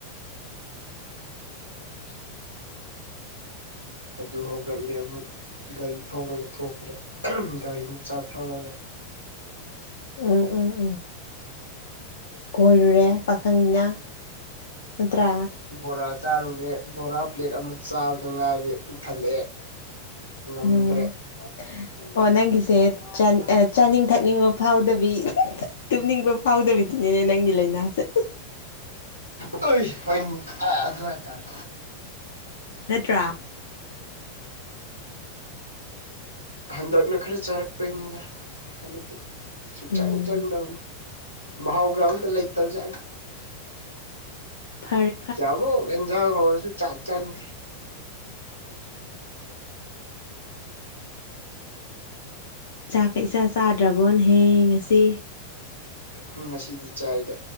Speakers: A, on the left; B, on the left.
A: <inaudible>
B: ꯑꯗꯨ ꯍꯧꯒꯠꯂꯦ ꯑꯃꯨꯛ ꯒꯥꯔꯤ ꯊꯧꯔꯒ ꯊꯈ꯭ꯔꯦ ꯒꯥꯔꯤ ꯃꯆꯥ ꯊꯧꯔꯒ
A: ꯎꯝ ꯎꯝ ꯎꯝ ꯀꯣꯏꯔꯨꯔꯦ ꯄꯥꯈꯪꯅꯤꯅ ꯅꯠꯇ꯭ꯔꯥ
B: ꯕꯣꯔꯥ ꯆꯥꯔꯨꯔꯦ ꯕꯣꯔꯥ ꯄ꯭ꯂꯦꯠ ꯑꯃ ꯆꯥꯕꯗ ꯉꯥꯏꯔꯦ ꯄꯨꯛꯊꯠꯂꯛꯑꯦ ꯉꯝꯗ꯭ꯔꯦ
A: ꯎꯝ ꯑꯣ ꯅꯪꯒꯤꯁꯦ ꯆꯥꯅꯤꯡ ꯊꯛꯅꯤꯡꯕ ꯐꯥꯎꯗꯕꯤ ꯇꯨꯝꯅꯤꯡꯕ ꯐꯥꯎꯗꯕꯤꯗꯨꯅꯤꯅꯦ ꯅꯪꯒꯤ ꯂꯥꯏꯅꯥꯁꯦ
B: ꯇ ꯍꯅꯤ ꯑꯗꯨ ꯍꯥꯏ ꯇꯥꯔꯦ
A: ꯅꯠꯇ꯭ꯔꯥ
B: ꯍꯟꯗꯛꯅ ꯈꯔ ꯆꯥꯔꯛꯄꯩꯉꯗ ꯍꯟꯗꯗꯤ ꯁꯨꯡꯆꯪ
A: ꯎꯝ
B: ꯆꯪꯗꯧꯅꯤ ꯃꯍꯥꯎꯒ ꯑꯝꯇ ꯂꯩꯇꯖꯦ
A: ꯐꯔꯦ
B: ꯌꯥꯕꯣ ꯑꯦꯟꯖ ꯍꯥꯎꯔꯁꯨ ꯆꯥꯛ ꯆꯥꯗꯦ
A: ꯆꯥꯛꯀ ꯏꯆꯥ ꯆꯥꯗ꯭ꯔꯕꯣꯅꯍꯦ ꯉꯁꯤ
B: ꯎ ꯉꯁꯤꯗꯤ ꯆꯥꯏꯗ